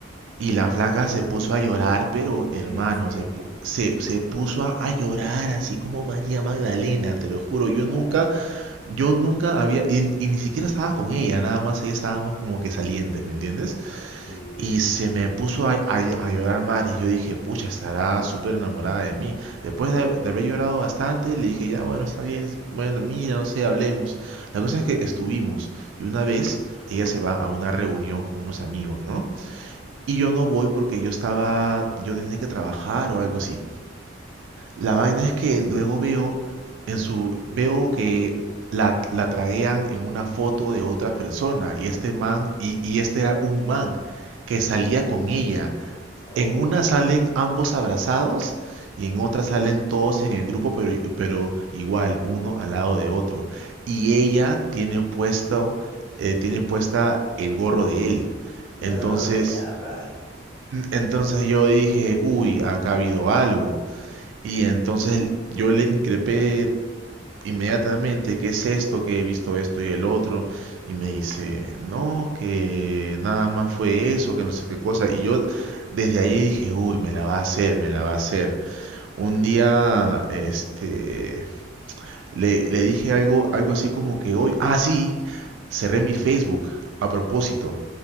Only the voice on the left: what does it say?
En serio.
Rayos.
Sí.
Ah,
oh,
ah.
No,
ya, bye.